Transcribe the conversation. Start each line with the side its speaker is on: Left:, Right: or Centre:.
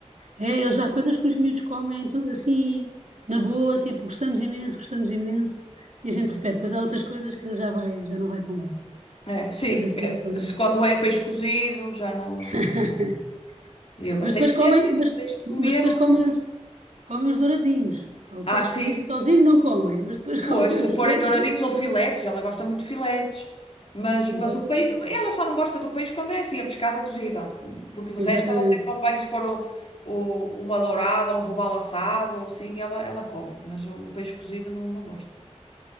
Right: É, eles, há coisas que os miúdos comem, tudo assim, na boa, tipo, gostamos imenso, gostamos imenso. E a gente
Left: Sim.
Right: repete. Depois há outras coisas que já vai, já não vai tão bem.
Left: É, sim.
Right: Mas assim,
Left: É,
Right: quando
Left: se
Right: é...
Left: quando é peixe cozido, já não.
Right: <laughs>
Left: E eu, mas
Right: Mas
Left: tem
Right: depois
Left: que ser
Right: comem,
Left: assim,
Right: mas,
Left: tens de comer
Right: mas depois
Left: legumes.
Right: comem os, comem os douradinhos. Pá, O
Left: Ah,
Right: peixe
Left: sim,
Right: cozido sozinho não comem, mas depois
Left: Pois,
Right: <laughs> comem
Left: se
Right: os
Left: forem
Right: douradinhos.
Left: douradinhos ou filetes, ela gosta muito de filetes. Mas,
Right: Exatamente,
Left: mas o peixe, ela só não gosta do peixe quando é assim, a pescada cozida. Porque de
Right: exatamente.
Left: resto ela até come bem se for o, o- uma dourada, um robalo assado, ou assim, ela, ela come. Mas o, o peixe cozido não, não gosta.